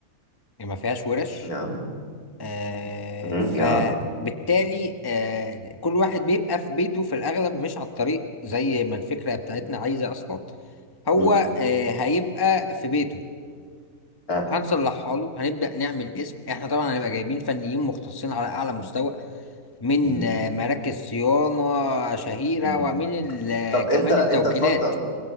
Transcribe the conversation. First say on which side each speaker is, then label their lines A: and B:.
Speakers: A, on the left; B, on the left.
A: ما فيهاش ورش
B: نعم
A: آه
B: مم.
A: فبالتالي
B: اه
A: آه كل واحد بيبقى في بيته في الاغلب مش على الطريق زي ما الفكره بتاعتنا عايزه اصلا هو
B: مم.
A: آه هيبقى في بيته
B: اه
A: هنصلحها له هنبدا نعمل اسم احنا طبعا هنبقى جايبين فنيين مختصين على اعلى مستوى من
B: مم.
A: آه، مراكز صيانة شهيرة
B: مم.
A: ومن ال- آه،
B: طب
A: كمان
B: انت انت
A: التوكيلات
B: اتفضل